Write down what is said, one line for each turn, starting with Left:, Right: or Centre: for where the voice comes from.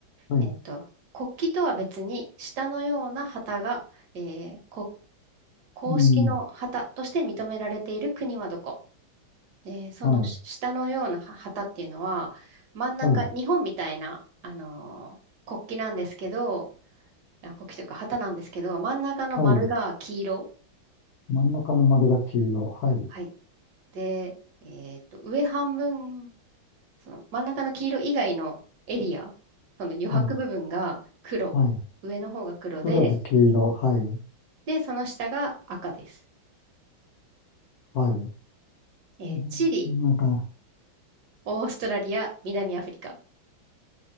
Left: はい。
Right: えっと、国旗とは別に下のような旗が、えー、こ公式の旗として認められている国はどこ
Left: うん。
Right: で、そのし下のようなは旗っていうのは、
Left: はい。
Right: 真ん中、
Left: はい。
Right: 日本みたいな、あのー国旗なんですけど、あ国旗というか旗なんですけど、真ん中の丸が黄色。
Left: はい。真ん中の丸が黄色。はい。
Right: はい。で、えっと、上半分、その真ん中の黄色以外のエリア、その余白部分が黒。
Left: はい。はい。
Right: 上の方が黒で、
Left: 黒で黄色。はい。
Right: で、その下が赤です。
Left: はい。う
Right: えーチリ、
Left: んなんか、
Right: オーストラリア、南アフリカ。